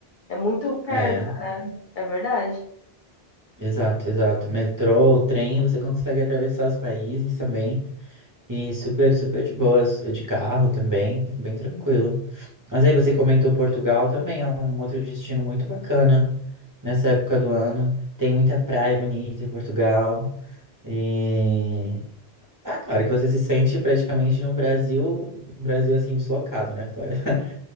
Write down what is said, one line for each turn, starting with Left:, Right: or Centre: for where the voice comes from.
Left: É muito perto,
Right: É,
Left: né? É verdade.
Right: exato, exato. Metrô, trem, você consegue atravessar os países também. E super, super de boas, de carro também, bem tranquilo. Mas aí você comentou Portugal também, é um outro destino muito bacana nessa época do ano. Tem muita praia bonita em Portugal. E... Ah, claro que você se sente praticamente no Brasil, no Brasil assim, deslocado, né, fora. <laughs>